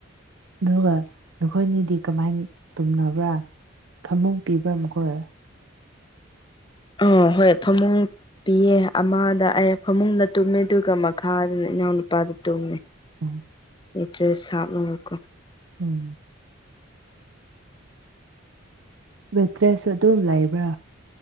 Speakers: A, on the right; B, on the left.
A: ꯑꯗꯨꯒ ꯅꯈꯣꯏꯅꯤꯗꯤ ꯀꯃꯥꯏꯅ ꯇꯨꯝꯅꯕ꯭ꯔꯥ ꯐꯃꯨꯡ ꯄꯤꯕ꯭ꯔꯥ ꯃꯈꯣꯏ
B: ꯑꯥ ꯍꯣꯏ ꯐꯃꯨꯡ ꯄꯤꯌꯦ ꯑꯃꯗ ꯑꯩ ꯐꯃꯨꯡꯗ ꯇꯨꯝꯃꯦ ꯑꯗꯨꯒ ꯃꯈꯥꯗꯅ ꯏꯅꯥꯎꯅꯨꯄꯥꯗꯣ ꯇꯨꯝꯃꯦ
A: <unintelligible>
B: ꯃꯦꯇ꯭ꯔꯦꯁ ꯍꯥꯞꯅꯒ ꯀꯣ
A: ꯎꯝ ꯃꯦꯇ꯭ꯔꯦꯁꯨ ꯑꯗꯨꯝ ꯂꯩꯕ꯭ꯔꯥ